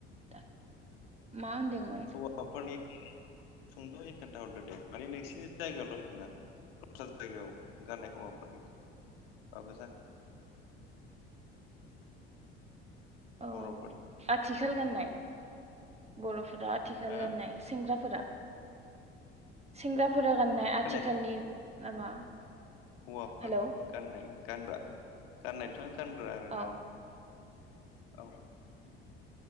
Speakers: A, on the right; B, on the left.
A: दा मा होनदोंमोन
B: हौवाफोरनि सुंदयै खोन्थाहरदो दे माने नोंसिनि जायगायावल नङा दस्रा जायगायाव गाननाय हौवाफोरनि बाबो जागोन
A: औ
B: बर'फोरनि
A: आथिखाल गाननाय बर'फो आथिखाल
B: हो
A: गाननाय सेंग्राफोरा सेंग्राफोरा गाननाय
B: खोनायाखै
A: आथिखालनि नामा
B: हौवाफोर
A: हेलौ
B: गाननाय गानग्रा गाननायथ आं गानग्रा आरोना
A: औ
B: <inaudible> औ